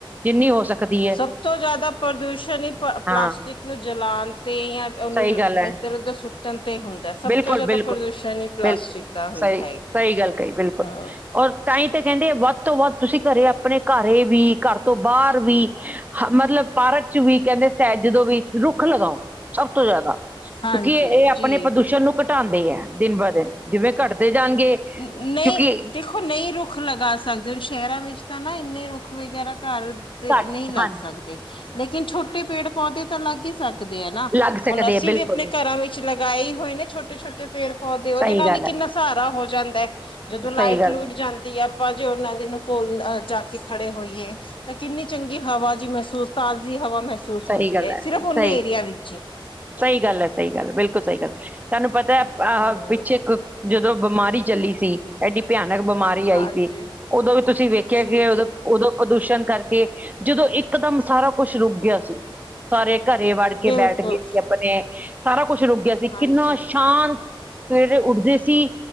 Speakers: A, on the right; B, on the left.
A: ਜਿੰਨੀ ਹੋ ਸਕਦੀ ਹੈ
B: ਸਭ ਤੋਂ ਜ਼ਿਆਦਾ ਪ੍ਰਦੂਸ਼ਣ ਈ ਪਲਾਸਟਿਕ
A: ਹਾਂ
B: ਨੂੰ ਜਲਾਣ ਤੇ ਜਾਂ ਉਹਨੂੰ
A: ਸਹੀ ਗੱਲ ਹੈ
B: ਇੱਧਰ- ਉਧਰ ਸੁੱਟਣ ਤੇ ਹੁੰਦਾ, ਸਭ
A: ਬਿਲਕੁਲ
B: ਤੋਂ ਜਿਆਦਾ
A: ਬਿਲਕੁਲ
B: ਪ੍ਰਦੂਸ਼ਣ ਈ ਪਲਾਸਟਿਕ
A: ਬਿਲਕੁਲ
B: ਦਾ ਹੁੰ
A: ਸਹੀ
B: ਹੈ।
A: ਸਹੀ ਗੱਲ ਕਹੀ ਬਿਲਕੁਲ
B: ਹਾਂ
A: ਔਰ ਤਾਈ ਤਾਂ ਕਹਿੰਦੇ ਵੱਧ ਤੋਂ ਵੱਧ ਤੁਸੀਂ ਘਰੇ ਆਪਣੇ, ਘਰੇ ਵੀ, ਘਰ ਤੋਂ ਬਾਹਰ ਵੀ ਹ ਮਤਲਬ ਭਾਰਤ ਚ ਵੀ ਕਹਿੰਦੇ ਸਹਿ ਜਦੋਂ ਵੀ ਰੁੱਖ ਲਗਾਓ ਸਭ ਤੋਂ ਜ਼ਿਆਦਾ ਕਿਉਂਕਿ
B: ਹਾਂਜੀ
A: ਇਹ ਆਪਣੇ
B: ਜੀ
A: ਪ੍ਰਦੂਸ਼ਣ ਨੂੰ ਘਟਾਦੇ ਐ, ਦਿਨ ਬ ਦਿਨ ਜਿਵੇਂ ਘਟਦੇ ਜਾਣਗੇ
B: ਨਹੀਂ
A: ਕਿਉਂਕਿ
B: ਦੇਖੋ ਨਹੀਂ ਰੁਕ ਰੁੱਖ ਲਗਾ ਸਕਦੇ ਹ ਸ਼ਹਿਰਾਂ ਵਿੱਚ ਤਾਂ ਨਾ ਇੰਨੇ ਰੁੱਖ ਵਗੈਰਾ ਘਰ ਦੇ
A: ਘੱਟ
B: ਨਹੀਂ ਲੱਗ
A: ਹਾਂਜੀ
B: ਸਕਦੇ ਲੇਕਿਨ ਛੋਟੇ ਪੇੜ- ਪੌਦੇ ਤਾਂ ਲੱਗ ਹੀ ਸਰ ਨਾ
A: ਲੱਗ ਸਕਦੇ
B: ਹੁਣ ਅਸੀਂ
A: ਆ ਬਿਲਕੁਲ
B: ਵੀ ਆਪਣੇ ਘਰਾਂ ਵਿੱਚ ਲਗਾਏ ਹੋਏ ਨੇ ਛੋਟੇ- ਛੋਟੇ ਪੇੜ -ਪੌਦੇ ਉਹਦੇ
A: ਸਹੀ
B: ਨਾਲ
A: ਗੱਲ
B: ਈ ਕਿੰਨਾ
A: ਹੈ
B: ਸਹਾਰਾ ਹੋ ਜਾਂਦਾ ਐ, ਜਦੋਂ ਲਾਈਟ
A: ਸਹੀ ਗੱਲ
B: ਲੁੱਈਟ ਜਾਂਦੀ ਐ ਆਪਾਂ ਜੇ ਉਹਨਾਂ ਦੇ ਕੌਲ ਜਾ ਕੇ ਖੜੇ ਹੋਈਏ ਤਾਂ ਕਿੰਨੀ ਚੰਗੀ ਹਵਾ ਜੀ ਮਹਿਸੂਸ ਤਾਜ਼ੀ ਹਵਾ ਮਹਿਸੂਸ
A: ਸਹੀ
B: ਹੁੰਦੀ
A: ਗੱਲ
B: ਐ,
A: ਹੈ
B: ਸਿਰਫ
A: ਸਹੀ
B: ਉਹਨੇ ਏਰੀਆ ਵਿੱਚ ਈ
A: ਸਹੀ ਗੱਲ ਐ, ਸਹੀ ਗੱਲ ਐ, ਬਿਲਕੁਲ ਸਹੀ ਗੱਲ ਤੁਹਾਨੂੰ ਪਤਾ ਐ ਅਹ
B: ਹਾਂ
A: ਪਿੱਛੇ ਜਦੋਂ ਬਿਮਾਰੀ ਚੱਲੀ ਸੀ। ਐਡੀ ਭਿਆਨਕ ਬਿਮਾਰੀ ਆਈ
B: ਹਾਂਜੀ
A: ਸੀ ਉਦੋਂ ਵੀ ਤੁਸੀਂ ਵੇਖਿਆ
B: ਜੀ
A: ਕਿ ਉਦੋਂ
B: ਜੀ
A: ਉਦੋਂ ਪ੍ਰਦੂਸ਼ਣ ਕਰਕੇ ਜਦੋਂ ਇਕਦਮ ਸਾਰਾ ਕੁਛ ਰੁਕ ਗਿਆ ਸੀ। ਸਾਰੇ ਘਰੇ ਵੜ ਕੇ
B: ਬਿਲਕੁਲ
A: ਬੈਠ ਗਏ ਸੀ ਆਪਣੇ, ਸਾਰਾ ਕੁਛ ਰੁਕ ਗਿਆ ਸੀ
B: ਹਾਂਜੀ
A: ਕਿੰਨਾ ਸ਼ਾਂਤ ਸਵੇਰੇ ਉੱਠਦੇ ਸੀ,